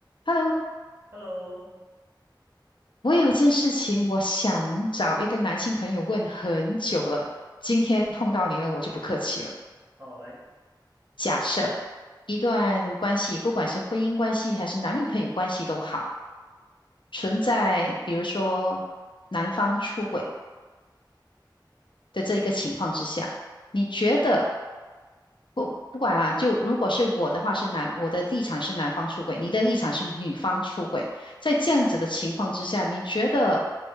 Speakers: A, on the left; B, on the right.
A: Hello，
B: Hello，
A: 我有一件事情，我想找一个男性朋友问很久了。今天碰到你了，我就不客气了。
B: 好，来，
A: 假设一段关系，不管是婚姻关系还是男女朋友关系都好，存在比如说男方出轨的这一个情况之下，你觉得不不管啊，就如果是我的话是男，我的立场是男方出轨，你的立场是女方出轨，在这样子的情况之下，你觉得